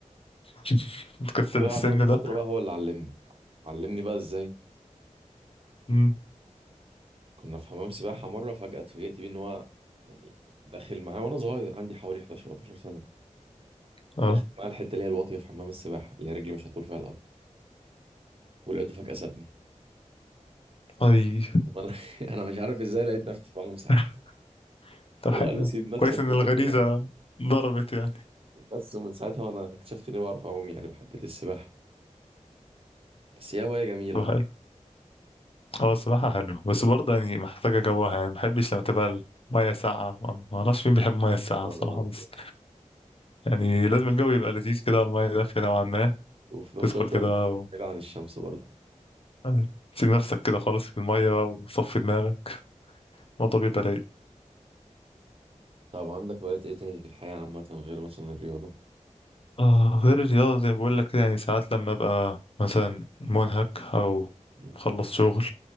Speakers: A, on the left (about 45°); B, on the right (about 45°).
A: <laughs> تكسب
B: وبعدها
A: السن
B: بفترة
A: ده
B: بقى هو اللي علمني علمني بقى ازاي
A: مم.
B: كنا في حمام سباحة مرة فجأة اتفاجئت بيه إن هو يعني داخل معاه وأنا صغير عندي حوالي 11 أو 12 سنة
A: اه
B: داخل معاه الحتة اللي هي الواطية في حمام السباحة اللي هي رجلي مش هتطول فيها الأرض ولقيته فجأة سابني
A: اي
B: وأنا <laughs> أنا مش عارف إزاي لقيت نفسي بعوم ساعتها
A: <laughs> طب
B: هو
A: حلو
B: قال لي سيب نفسك
A: كويس ان
B: وأنا
A: الغريزه
B: سبت نفسي
A: ضربت يعني
B: بس ومن ساعتها وأنا اكتشفت إني بعرف أعوم يعني وحبيت السباحة بس هي هواية جميلة
A: طب
B: والله
A: حلو اه الصراحه حلو بس برضه يعني محتاجه جوها يعني ما بحبش لما تبقى الميه ساقعه ما ما اعرفش مين بيحب الميه الساقعه
B: آه،
A: الصراحه بس يعني لازم الجو يبقى لذيذ كده الميه دافيه نوعا ما
B: وفي نفس
A: تدخل
B: الوقت
A: كده
B: بعيد عن الشمس برضه
A: أيوة. سيب نفسك كده خالص في المية بقى وصفي دماغك الموضوع بيبقى رايق
B: طب عندك هوايات إيه تاني في الحياة عامة غير مثلا الرياضة؟
A: آه غير الرياضة زي ما بقول لك كده يعني ساعات لما أبقى مثلا منهك أو
B: مم.
A: مخلص شغل